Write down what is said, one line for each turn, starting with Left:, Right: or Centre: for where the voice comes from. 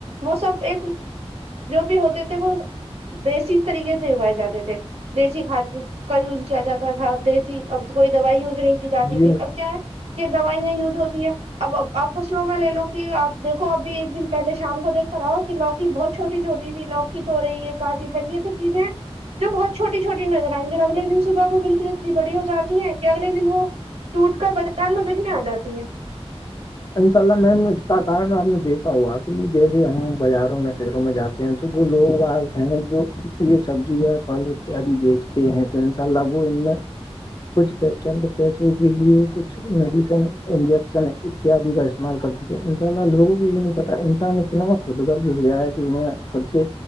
Right: وہ سب ایک جو بھی ہو تھے وہ دیسی طریقے سے اگائے جاتے تھے دیسی کھاد کا یوز کیا جاتا تھا اب دیسی اب کوئی دوائی یوز نہیں کی جاتی
Left: جی
Right: تھی اب کیا ہے کہ دوائیاں یوج ہوتی ہیں اب آپ فصلوں میں لے لو کہ آپ دیکھو ابھی ایک دن پہلے شام کو دیکھ کر آؤ ک لوگ بہت چھوٹی چھوٹی سھی لوک ہو رہی ہے کاسی پل یہ سب چیزیں جو بہت چھوٹی چوٹی نظر آئ گے اگل دن صبح وہ بالکل اتنی بڑی ہو جاتی ہیں کہ اگلے دن وہ ٹوٹ کر بازار میں بکنے آ جاتی ہے
Left: انشاء اللہ میم اس کا کارن آپ نے دیکھا ہوا کہ جیسے ہم بازاروں میں شہروں میں جے ہیں تو تو جو لوگ وہاں ہیں جو یہ سبزی یا پھل اتیاد بیچتے ہیں ٹ انسا لگو ان میں کچھچڈ پیسوں کے لیے کچھ میڈیسن انجیکشن اتیادی کا استعمال کرتے تھے ان شاء اللہ لوگوں کو یہ نہیں پتتا انسان اتنا خود گرج ہو گیا ہے خود سے